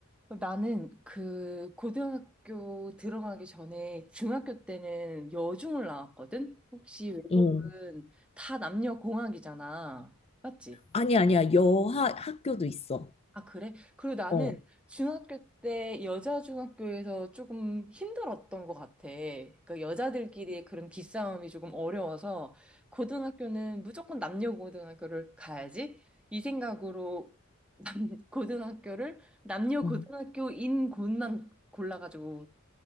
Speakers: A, in the centre; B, on the left.
A: 아, 나는 그 고등학교 들어가기 전에 중학교 때는 여중을 나왔거든? 혹시 외국은
B: 응.
A: 다 남녀 공학이잖아. 맞지?
B: 아니, 아니야. 여하 학교도 있어.
A: 아, 그래? 그리고 나는
B: 어.
A: 중학교 때 여자 중학교에서 조금 힘들었던 것 같아. 그러니까 여자들끼리의 그런 기싸움이 조금 어려워서 고등학교는 무조건 남녀 고등학교를 가야지 이 생각으로 <laughs> 남, 고등학교를 남녀 고등학교인
B: 응.
A: 곳만 골라가지고